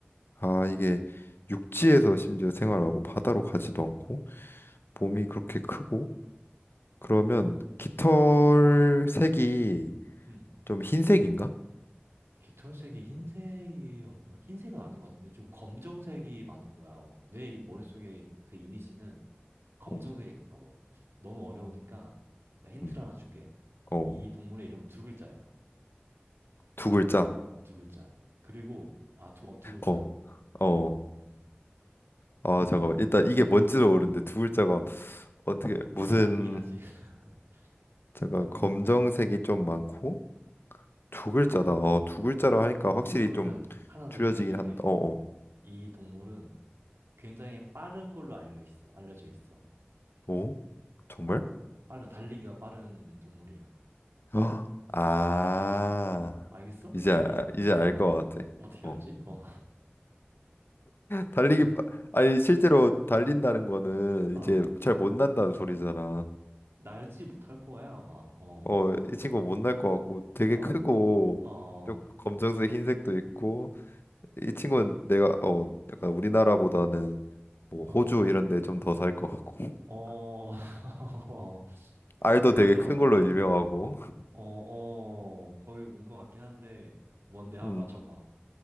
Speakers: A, on the left; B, on the right.
A: 아, 이게 육지에서 심지어 생활하고 바다로 가지도 않고 몸이 그렇게 크고, 그러면 깃털 색이
B: 음.
A: 좀 흰색인가?
B: 깃털색이 흰색이었나? 흰색은 아닌 것 같은데, 좀 검정색이 많을 거야. 어. 내 머릿속에 그 이미지는 검정색에
A: 어,
B: 가까워. 너무 어려우니까, 내가 힌트를
A: 음,
B: 하나 줄게.
A: 어,
B: 이 동물의 이름은 두 글자야.
A: 두 글자.
B: 어, 두 글자. 그리고, 아, 두, 어, 두 글자.
A: 어, 어.
B: 음.
A: 아, 잠깐만. 일단 이게 뭔지를 모르는데 두 글자가 어떻게 무슨
B: 힌트가 아니긴 하지. <laughs>
A: 잠깐
B: 이거는,
A: 검정색이 좀
B: 어,
A: 많고 두 글자다. 어, 두 글자로 하니까 확실히
B: 그러면은
A: 좀
B: 하나 더
A: 줄여지긴
B: 힌트를 줄게.
A: 한다. 어, 어.
B: 이 동물은 굉장히 빠른 걸로 알려 있어. 알려져 있어.
A: 오? 정말?
B: 빨라, 달리기가 빠른 동물이야.
A: 아. 아.
B: 알겠어?
A: 이제 알-
B: 아니,
A: 이제
B: 어, 잠깐만.
A: 알 것 같아.
B: 어떻게
A: 어.
B: 알지? 어,
A: 달리기 빠- 아니 실제로 달린다는 거는
B: <laughs> 어,
A: 이제 잘 못 난다는 소리잖아.
B: 날지 못할 거야, 아마. 어,
A: 어, 이 친구 못날 것 같고 되게
B: 어,
A: 크고
B: 어, 어,
A: 좀 검정색 흰색도 있고 이 친구는 내가 어 약간 우리나라보다는 뭐
B: 어,
A: 호주 이런 데 좀 더 살 것 같고 <laughs>
B: 어, <laughs>
A: 알도
B: 어,
A: 되게
B: 거의 다
A: 큰
B: 맞는데?
A: 걸로 유명하고 <laughs>
B: 어, 어, 거의 온 것 같긴 한데, 뭔데? 한번
A: 음,
B: 맞춰봐.